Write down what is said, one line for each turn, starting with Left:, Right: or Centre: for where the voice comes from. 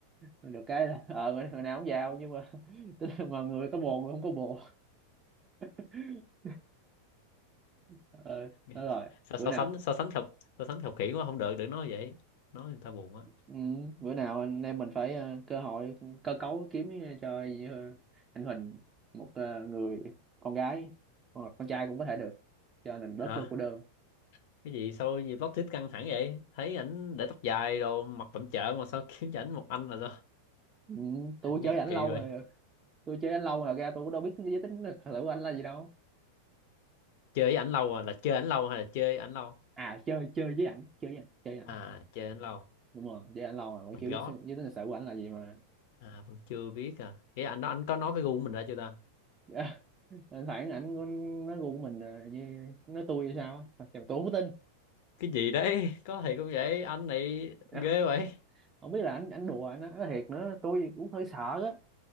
Right: được cái là ờ người người nào cũng giàu nhưng mà <laughs> tức là mà người có bồ người không có bồ <laughs> ờ
Left: <laughs>
Right: nói rồi
Left: Sao
Right: bữa
Left: so
Right: nào
Left: sánh so sánh khập so sánh khập khiễng quá không được đừng nói vậy. Nói người ta buồn quá.
Right: ừ, bữa nào anh em mình phải ờ, cơ hội cơ cấu kiếm ờ, cho ờ, anh Huỳnh một ờ, người con gái hoặc con trai cũng có thể được cho nên bớt
Left: Hả?
Right: bớt cô đơn
Left: Cái gì sao gì plot twist căng thẳng vậy? Thấy ảnh để tóc dài đồ mặt tẩm chợ mà sao <laughs> kiếm cho ảnh một anh là sao?
Right: ừ, tôi
Left: <laughs> Nghe
Right: chơi ảnh
Left: kỳ
Right: lâu
Left: rồi.
Right: rồi tôi chơi ảnh lâu rồi ra tôi cũng đâu biết giới tính được thử của anh là gì đâu
Left: Chơi với ảnh lâu à là chơi ảnh lâu hay là chơi ảnh lâu?
Right: à chơi chơi với ảnh chơi với ảnh chơi với ảnh
Left: À chơi ảnh lâu.
Right: đúng rồi chứ ảnh lâu rồi cũng
Left: My
Right: chưa
Left: God.
Right: biết giới tính lịch sử của ảnh là gì mà
Left: À vẫn chưa biết à. Vậy anh anh có nói cái gu của mình ra chưa ta?
Right: <laughs> thỉnh thoảng ảnh có nói gu của mình ờ, như nói tôi hay sao á Thật sự tôi không có tin
Left: Cái gì đấy? <laughs> Có thì cũng vậy, anh này
Right: Dạ,
Left: ghê vậy.
Right: <laughs> không biết là ảnh ảnh đùa ảnh nói thiệt nữa tôi cũng hơi sợ á